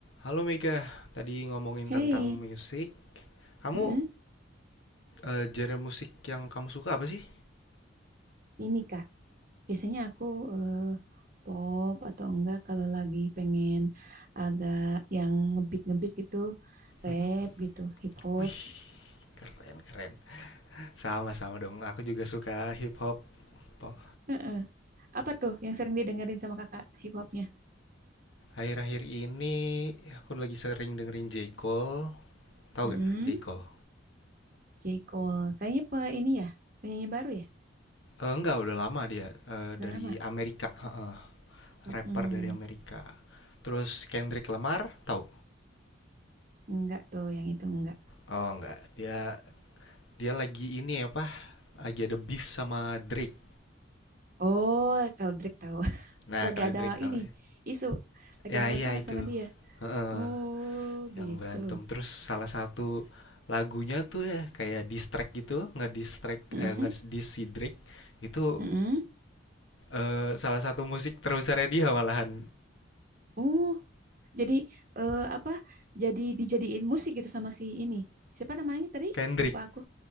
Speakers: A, on the left (about 70°); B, on the right (about 45°).
A: Halo Mega, tadi ngomongin
B: Hey,
A: tentang musik. Kamu
B: mm-mm.
A: eh, genre musik yang kamu suka apa sih?
B: Ini Kak, biasanya aku eh, pop atau enggak kalau lagi pengen agak yang ngebeat-ngebeat gitu, rap
A: Mm-mm.
B: gitu, hip hop.
A: Wih, keren keren. Sama-sama dong, aku juga suka hip hop. Po-
B: Heeh. Apa tuh yang sering didengerin sama Kakak hip hopnya?
A: Akhir-akhir ini aku lagi sering dengerin J. Cole. Tahu
B: Mm-mm.
A: gak J. Cole?
B: J. Cole, kayaknya pe ini ya, penyanyi baru ya,
A: Eh, enggak, udah lama dia eh,
B: udah
A: dari
B: lama.
A: Amerika, heeh.
B: Mm-mm.
A: rapper dari Amerika. Terus Kendrick Lamar, tahu?
B: Enggak tuh yang itu enggak.
A: Oh enggak, dia dia lagi ini apa? Lagi ada beef sama Drake.
B: Oh, kalau Drake tahu, <laughs>
A: Nah,
B: lagi
A: kalau
B: ada
A: Drake tahu.
B: ini isu, lagi
A: Ya
B: ada
A: iya
B: masalah
A: itu.
B: sama dia.
A: Heeh,
B: Oh,
A: yang
B: gitu.
A: berantem. Terus salah satu lagunya tuh ya kayak distrack gitu, ngedistrack
B: Mm-mm.
A: eh ngediss si itu
B: Mm-mm.
A: eh, salah satu musik terbesarnya dia malahan
B: Oh, jadi eh, apa? Jadi dijadiin musik gitu sama si ini. Siapa namanya tadi?
A: Kendrick.
B: Lupa aku.